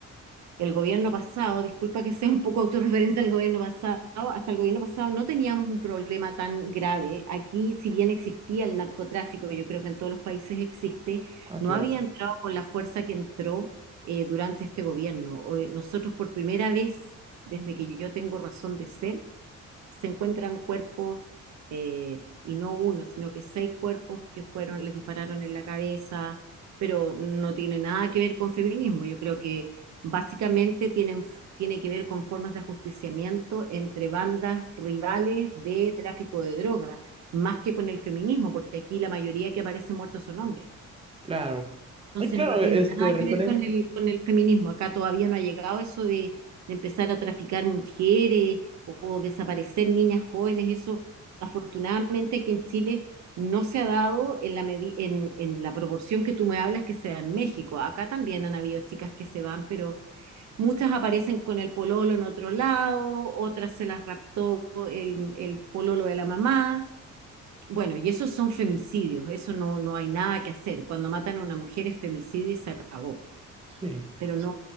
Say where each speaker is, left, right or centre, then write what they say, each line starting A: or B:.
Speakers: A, on the right; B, on the right.
A: El gobierno pasado, disculpa que sea un poco autorreferente al gobierno pasado, hasta el gobierno pasado no teníamos un problema tan grave. Aquí, si bien existía el narcotráfico, yo creo que en todos los países existe,
B: Ah,
A: no
B: claro,
A: había entrado con la fuerza que entró eh, durante este gobierno. Hoy nosotros por primera vez, desde que yo tengo razón de ser, se encuentran cuerpos, eh, y no uno, sino que seis cuerpos que fueron, les dispararon en la cabeza, pero no tiene nada que ver con feminismo. Yo creo que básicamente tienen, tiene que ver con formas de ajusticiamiento entre bandas rivales de tráfico de drogas, más que con el feminismo, porque aquí la mayoría que aparece muertos son hombres.
B: claro.
A: Entonces
B: Y claro,
A: no tiene
B: este
A: nada
B: referente.
A: que ver con el, con el feminismo. Acá todavía no ha llegado eso de, de empezar a traficar mujeres o, o desaparecer niñas jóvenes. Eso afortunadamente que en Chile no se ha dado en la, medi- en, en la proporción que tú me hablas que se da en México. Acá también han habido chicas que se van, pero muchas aparecen con el pololo en otro lado, otras se las raptó el, el pololo de la mamá. Bueno, y esos son femicidios, eso no, no hay nada que hacer. Cuando matan a una mujer es femicidio y se acabó.
B: Sí.
A: Pero no,